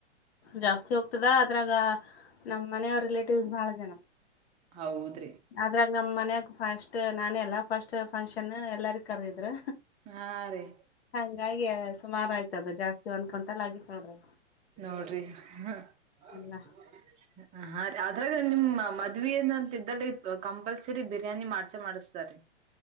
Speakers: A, on the left; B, on the right.
A: ಜಾಸ್ತಿ ಹೋಗ್ತದ ಅದ್ರಾಗ. ನಮ್ಮ್ ಮನೆಯವ ರಿಲೇಟಿವ್ಸ್ ಬಹಳ ಜನ
B: ಹೌದ್ರಿ
A: ಅದ್ರಾಗ ನಮ್ ಮನಾಗ. ಫಸ್ಟ್ ನಾನೇ ಎಲ್ಲಾ ಫಸ್ಟ್ ಫಂಕ್ಷನ್ ಎಲ್ಲಾರ ಕರ್ದಿದ್ರು.
B: ಹಾ ರೀ
A: ಹಂಗಾಗಿ ಸುಮಾರು ಆಯ್ತದ ಜಾಸ್ತಿ ಒಂದ್ ಕುಂಟಲ್ ಆಗಿತ್ತು ನೋಡ್ರಿ.
B: ನೋಡ್ರಿ <unintelligible>
A: ಎಲ್ಲ
B: ಅದ್ರಾಗ ನಿಮ್ ಮದ್ ಏನಂತ್ದಲ್ಲಿ ಕಂಪಲ್ಸರಿ ಬಿರಿಯಾನಿ ಮಾಡ್ಸ ಮಾಡಿಸತಾರಿ.